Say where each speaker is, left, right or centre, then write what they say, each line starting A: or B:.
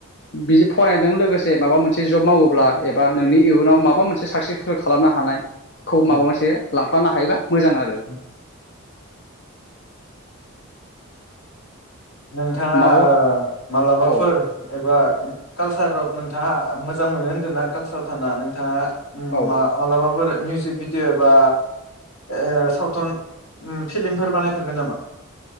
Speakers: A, on the left (about 50°); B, on the left (about 85°).
A: बिदि फरायनायजों लोगोसे माबा मोनसे जब मावोब्ला एबा नोंनि इयुनाव माबा मोनसे साक्सेसफुल खालामनो हानाय खौ
B: उम
A: माबा मोनसे लांफ्लानो हायोबा मोजां आरो
B: उम नोंथाङा
A: माबा
B: ओ मालाबाफोर
A: औ
B: एबा ओ‌ कालसाराव नोंथाङा मोजां मोनो होन्दों ना कालसाराव थाना नोंथाङा उम
A: औ
B: मा मालाबाफोरो मिउजिक भिडिअ बा ओ सावथुन उम फिल्मफोर बानायफेरबाय नामा?